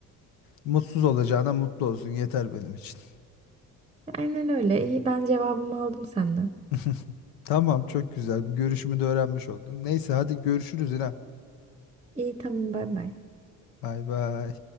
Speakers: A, on the left; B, on the right.
A: Mutsuz olacağına mutlu olsun yeter benim için.
B: Aynen öyle. İyi ben cevabımı aldım senden.
A: <laughs> Tamam çok güzel. Bir görüşümü de öğrenmiş oldun. Neyse hadi görüşürüz İrem.
B: İyi tamam bay bay.
A: Bay bay.